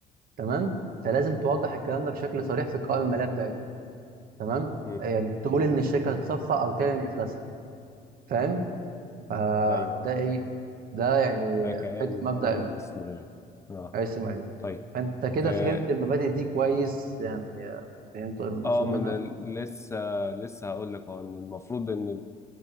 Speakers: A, on the right; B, on the left.
A: تمام فلازم توضح الكلام ده بشكل صريح في القوائم المالية بتاعتها تمام
B: مم.
A: آه، يعني تقول إن الشركة هتتصفى أو تعلن إفلاسها فاهم فده
B: ايوه آه.
A: إيه ده يعني
B: فكأن
A: حتة مبدأ
B: مبدأ الاستمرارية اه
A: الرئيس المالي
B: طيب
A: فأنت كده
B: اه
A: فهمت المبادئ دي كويس يعني آه، فهمت المقصود
B: آه، ما
A: منها
B: انا لسه لسه هقول لك اه ان المفروض ان